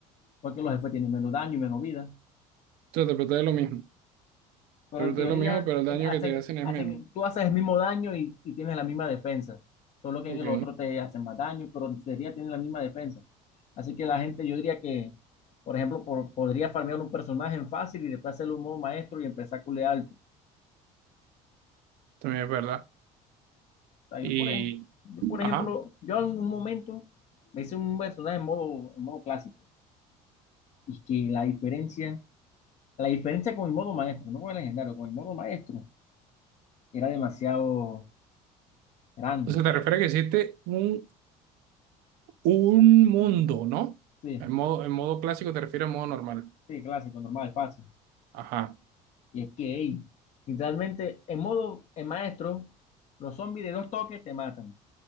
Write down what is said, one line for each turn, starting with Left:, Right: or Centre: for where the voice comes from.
Left: porque los jefes tienen menos daño y menos vida,
Right: sea, te protege lo mismo.
Left: pero
Right: Te protege
Left: en teoría
Right: lo mismo, pero el
Left: en-
Right: daño
Left: hacen,
Right: que te hacen es
Left: hacen,
Right: menos.
Left: tú haces el mismo daño y, y tienes la misma defensa, solo que
Right: Ok.
Left: en el otro te hacen más daño, pero en teoría tienes la misma defensa. Así que la gente, yo diría que, por ejemplo, por- podría farmear un personaje en fácil y después hacerle un modo maestro y empezar a culear alto. O
Right: También es verdad.
Left: sea, yo
Right: Y.
Left: por, ejemplo yo, por
Right: Ajá.
Left: ejemplo, yo en un momento me hice un personaje en modo, en modo clásico. Y que la diferencia, la diferencia con el modo maestro, no con el legendario, con el modo maestro, era demasiado grande.
Right: O sea, te refieres a que existe un, un mundo, ¿no?
Left: Sí,
Right: En modo, en modo clásico te refieres a modo normal.
Left: sí, clásico, normal, fácil.
Right: Ajá.
Left: Y es que, ey, literalmente, en modo en maestro, los zombies de dos toques te matan.